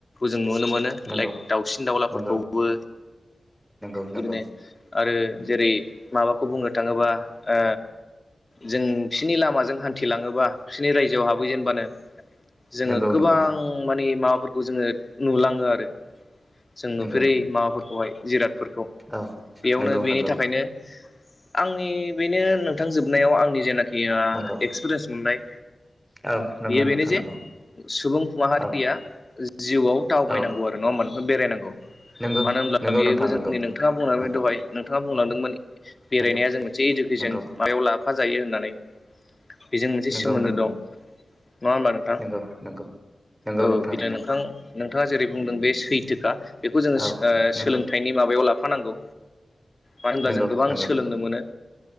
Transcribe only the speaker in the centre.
नंगौ
नंगौ नंगौ नंगौ
नंगौ
नंगौ
नंगौ
औ
नंगौ
नंगौ
नंगौ
औ नंगौ
नोंथां
नंगौ
औ
औ
नंगौ
नंगौ
नोंथां
नंगौ
नंगौ
नंगौ
नंगौ
नंगौ
नंगौ
नंगौ नंगौ नंगौ
नंगौ
औ
नंगौ
नंगौ
नंगौ